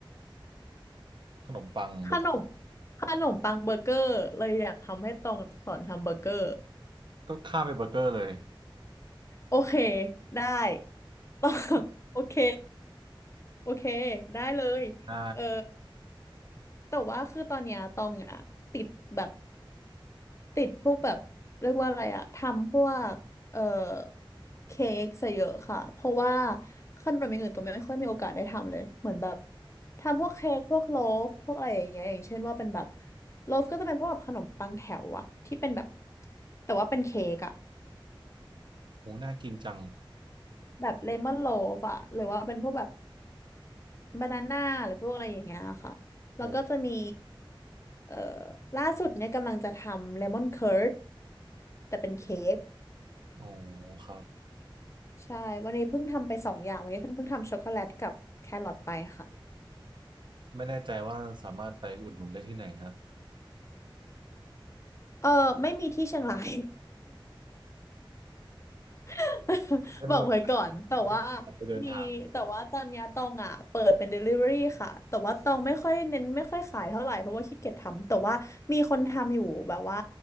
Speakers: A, on the right; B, on the left.
A: ขนมปังเบอร์
B: ขนมขนมปังเบอร์เกอร์เลยอยากทำให้ตองสอนทำเบอร์เกอร์
A: ก็ข้ามไปเบอร์เกอร์เลย
B: โอเคได้ <laughs> ตองโอเคโอเคได้เลย
A: ได้
B: เออ แต่ว่าคือตอนเนี้ยตองอะติดแบบติดพวกแบบเรียกว่าอะไรอะทำพวกเอ่อเค้กซะเยอะค่ะเพราะว่าขนมอย่างอื่นตองไม่ค่อยมีโอกาสได้ทำเลยเหมือนแบบทำพวกเค้กพวกโลฟพวกอะไรอย่างเงี้ยอย่างเช่นว่าเป็นแบบโลฟก็จะเป็นพวกแบบขนมปังแถวอะที่เป็นแบบแต่ว่าเป็นเค้กอะ
A: โอ้น่ากินจัง
B: แบบเลมอนโลฟอะหรือว่าเป็นพวกแบบ บานาน่าหรือพวกอะไรอย่างเงี้ยค่ะ แล้วก็จะมี
A: โอ้
B: เอ่อล่าสุดเนี่ยกำลังจะทำเลมอนเคิร์ดแต่เป็นเค้ก
A: อ๋อครับ
B: ใช่วันนี้เพิ่งทำไปสองอย่างวันนี้เพิ่งทำช็อกโกแลตกับแครอทไปค่ะ
A: ไม่แน่ใจว่าสามารถไปอุดหนุนได้ที่ไหนฮะ
B: เออไม่มีที่เชียงราย <laughs>
A: ได้มีโอ
B: บอกไว้ก่อนแต่ว่า
A: กาสไปเดินทาง
B: มีแต่ว่าตอนเนี้ยตองอ่ะเปิดเป็น Delivery ค่ะแต่ว่าตองไม่ค่อยเน้นไม่ค่อยขายเท่าไหร่เพราะว่าขี้เกียจทำแต่ว่ามีคนทำอยู่แบบว่า